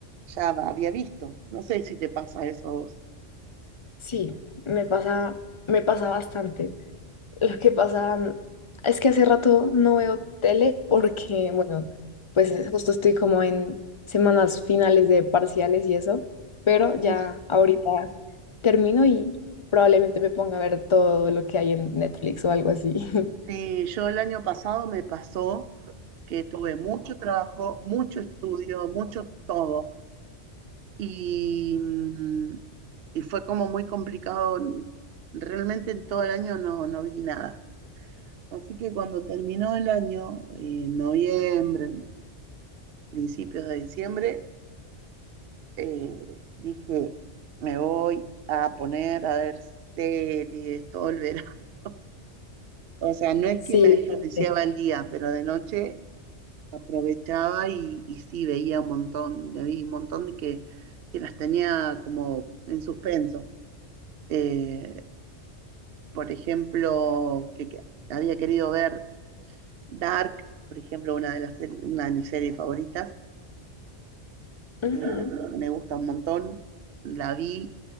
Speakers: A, on the right; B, on the left.
A: ya había visto. No sé si te pasa eso a vos.
B: Sí, me pasa, me pasa bastante. Lo que pasa mm, es que hace rato no veo tele porque, bueno, pues eh, justo estoy como en semanas finales de parciales y eso, pero ya
A: Uf,
B: ahorita termino y probablemente me ponga a ver todo lo que hay en Netflix o algo así. <laughs>
A: sí, yo el año pasado me pasó que tuve mucho trabajo, mucho estudio, mucho todo. Y, mm, y fue como muy complicado. Realmente en todo el año no, no vi nada. Así que cuando terminó el año, en noviembre, principios de diciembre, eh, dije, me voy a poner a ver series todo el verano. <laughs> O sea, no es
B: Sí.
A: que me desperdiciaba
B: sí.
A: el día, pero de noche aprovechaba y, y sí veía un montón, me vi un montón de que, que las tenía como en suspenso. Eh, por ejemplo, que, que había querido ver Dark, por ejemplo, una de las seri- una de mis series favoritas,
B: Ujú.
A: que me gusta un montón, la vi,